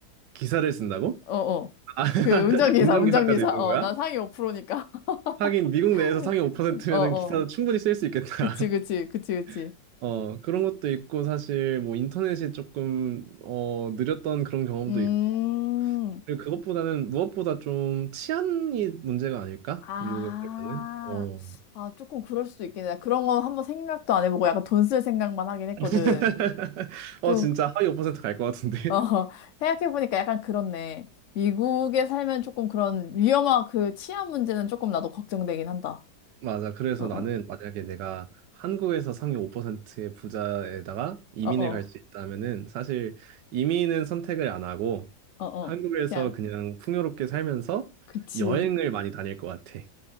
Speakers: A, on the right; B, on the left.
A: 기사를 쓴다고?
B: 어, 어.
A: <laughs>
B: 그 운전기사,
A: 운전기사까지
B: 운전기사.
A: 있는
B: 어,
A: 거야?
B: 난 상위 5%니까. <laughs>
A: 하긴 미국 내에서 상위 5%면은
B: 어, 어.
A: 기사도 충분히 쓸 수 있겠다.
B: 그치, 그치, 그치, 그치.
A: <laughs> 어, 그런 것도 있고 사실 뭐 인터넷이 조금 어, 느렸던 그런 경험도
B: 음.
A: 있고. 그리고 그것보다는 무엇보다 좀 치안이 문제가 아닐까?
B: 아,
A: 미국에 살면은. 어.
B: 아, 조금 그럴 수도 있겠네. 나 그런 건 한번 생각도 안 해보고 약간 돈 쓸 생각만 하긴 했거든.
A: <laughs> 어,
B: 좀,
A: 진짜 하위 5%갈 것 같은데.
B: 어, <laughs> 생각해보니까 약간 그렇네. 미국에 살면 조금 그런 위험한 그 치안 문제는 조금 나도 걱정되긴 한다.
A: 맞아. 그래서
B: 어, 어,
A: 나는 만약에 내가 한국에서 상위 5%의 부자에다가 이민을
B: 어, 어,
A: 갈 수 있다면은 사실 이민은 선택을 안 하고
B: 어, 어.
A: 한국에서
B: 그냥,
A: 그냥 풍요롭게 살면서
B: 그치.
A: 여행을 많이 다닐 것 같아.